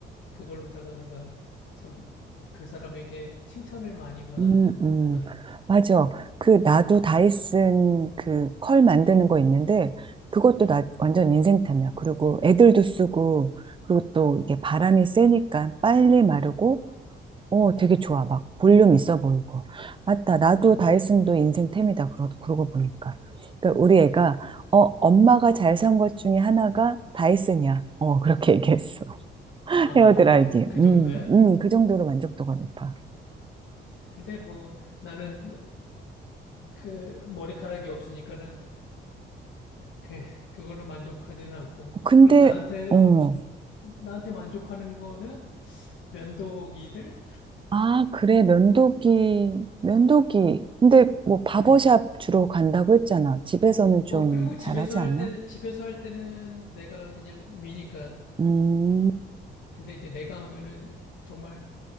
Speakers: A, on the left; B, on the right.
A: 그걸로다가 내가 참 그 사람에게 칭찬을 많이 받았던
B: 음, 음.
A: 그런,
B: 맞아. 그, 나도 다이슨 그 컬 만드는 거 있는데, 그것도 나 완전 인생템이야. 그리고 애들도 쓰고, 그리고 또 이게 바람이 세니까 빨리 마르고, 어, 되게 좋아. 막 볼륨 있어 보이고. 맞다. 나도
A: 어,
B: 다이슨도 인생템이다. 그러, 그러고 보니까. 그러니까 우리 애가 어, 엄마가 잘 산 것 중에 하나가 다이슨이야. 어, 그렇게 얘기했어. <laughs>
A: 아,
B: 헤어드라이기.
A: 그 정도야?
B: 음, 음, 그 정도로 만족도가 높아.
A: 근데 뭐 나는 그 머리카락이 없으니까는 그, 그거는 만족하지는 않고.
B: 근데
A: 그럼 나한테,
B: 어,
A: 나한테 만족하는 거는 면도기들?
B: 아, 그래. 면도기. 면도기. 근데 뭐 바버샵
A: 음.
B: 주로 간다고 했잖아. 집에서는 좀
A: 어, 그리고 집에서
B: 잘하지
A: 할
B: 않나?
A: 때, 집에서 할 때는 내가 그냥 미니까.
B: 음.
A: 근데 이제 내가 하면은 정말